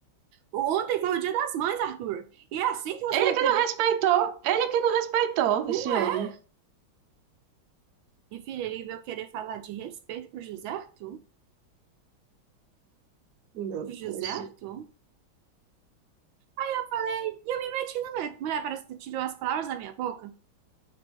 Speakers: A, on the right; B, on the right.
A: Ontem foi o dia das mães, Arthur. E é assim que você
B: Ele
A: retribui.
B: que não respeitou, ele que não respeitou
A: Não
B: esse homem.
A: é. Minha filha, ele veio querer falar de respeito pro José Arthur.
B: Meu
A: José
B: Deus.
A: Arthur? Eu falei, e eu me meti no meio. Mulher, parece que tu tirou as palavras da minha boca. Eu